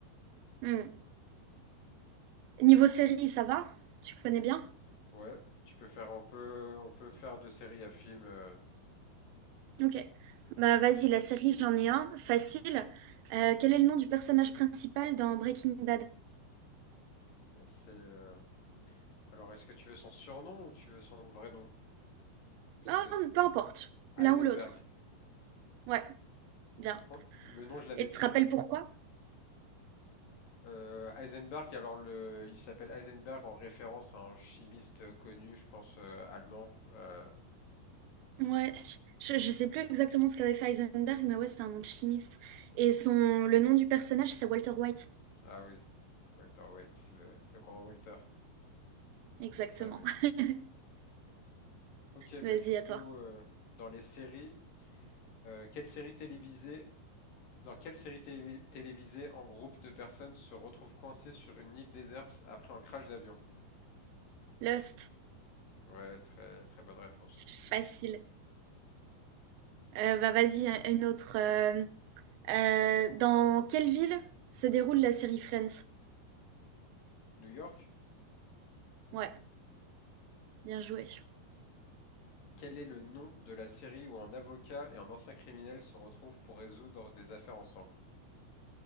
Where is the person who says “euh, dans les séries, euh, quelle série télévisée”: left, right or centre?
Left